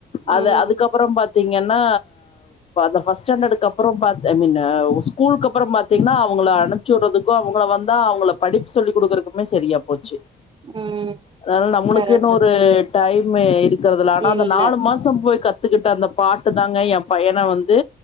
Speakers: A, on the left (about 35°); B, on the right (about 30°).
A: அது
B: ம்
A: அதுக்கப்ரோ பாத்தீங்கன்னா அ ஃபர்ஸ்ட் ஸ்டாண்டர்டுக்கு அப்ரோ பாத்து ஐ மீன் ஸ்கூலுக்கு அப்ரோ பாத்தீங்கன்னா அவங்கள அமைச்சுவிடறதுக்கு அவ வந்தா அவங்கள படிப்பு சொல்லி் கொடுக்கறக் மே சரியா போச்சு
B: ம்
A: அதாது நம்மளுக்குன்ன
B: கரெக்ட்
A: ஒரு
B: தா
A: டைம் இருக் கறதுல ஆனா
B: இல்ல
A: அந்த நாலு மாசம் போய் கத்துக்கிட்ட அந்த பாட்டு தாங்க என் பையன வந்து